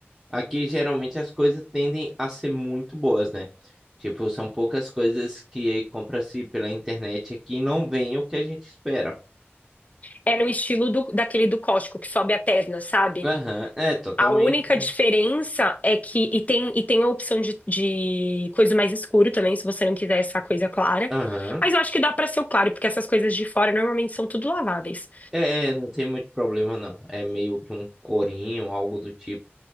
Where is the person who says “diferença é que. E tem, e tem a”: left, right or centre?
Left